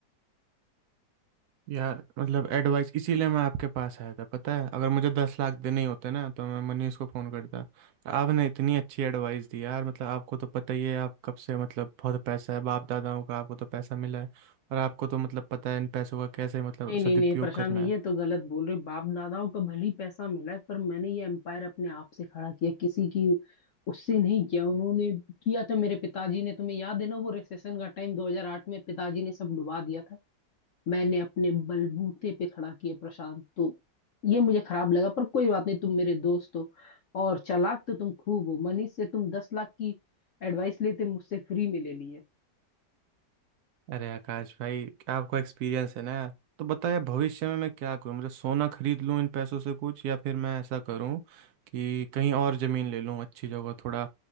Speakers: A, on the right (about 70°); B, on the left (about 60°).
A: यार मतलब एडवाइस इसीलिए मैं आपके पास आया था पता है अगर मुझे दस लाख देने ही होते ना तो मैं मनीष को फ़ोन करता आपने इतनी अच्छी एडवाइस दी यार मतलब आपको तो पता ही है आप कब से मतलब बहुत पैसा है बाप दादाओं का आपको तो पैसा मिला है और आपको तो मतलब पता है इन पैसों का कैसे मतलब
B: नहीं
A: सदुपयोग
B: नहीं नहीं प्रशांत
A: करना
B: ये
A: है
B: तो गलत बोल रहे हो। बाप दादाओं का भले ही पैसा मिला है पर मैंने ये एम्पायर अपने आप से खड़ा किया किसी की उससे नहीं किया उन्होंने किया था मेरे पिताजी ने तुम्हें याद है ना वो रिसेशन का टाइम 2008 में पिताजी ने सब डुबा दिया था मैंने अपने बलबूते पे खड़ा किया प्रशांत तो ये मुझे खराब लगा पर कोई बात नहीं तुम मेरे दोस्त हो और चालाक तो तुम खूब हो मनीष से तुम दस लाख की एडवाइस लेते मुझसे फ्री में ले लिए
A: अरे आकाश भाई क्या आपको एक्सपीरियंस है ना यार तो बताया भविष्य में मैं क्या करूं मतलब सोना खरीद लूं इन पैसों से कुछ या फिर मैं ऐसा करूं कि कहीं और ज़मीन ले लूं अच्छी जगह थोड़ा